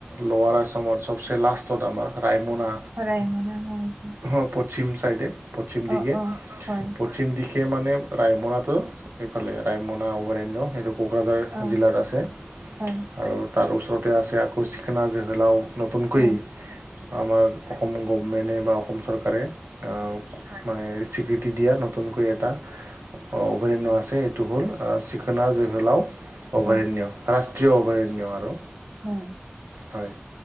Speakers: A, on the right; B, on the right.
A: ল'ৱাৰ আছামত চব- চে লাষ্ট ত আমাৰ ৰাইমনা।
B: ৰায়মনা হয়, দে,
A: হঁ' প- শ্চিম চাইডে, পশ্চিম দিশে।
B: অ', অ', হয়,
A: পশ্চিম দিশে মানে ৰায়মনাটো- সেইফালে ৰায়মনা অভয়াৰণ্য, সেইটো কোকৰাঝাৰ
B: অ',
A: জিলাত আছে,
B: হয়,
A: আৰু তাৰ ওচৰতে আছে আকৌ, চিখনা জিহলাও, নতুনকৈ
B: হয়,
A: আমাৰ অসম গভমেণ্টে বা অসম চৰকাৰে আও, হয়। মানে স্বীকৃতি দিয়া নতুনকৈ এটা অভয়াৰণ্য আছে, এইটো হ'ল আ, চিখণা জেঙেলাও অভয়াৰণ্য,
B: হয়,
A: ৰাষ্ট্ৰীয় অভয়াৰণ্য আৰু।
B: হয়।
A: হয়।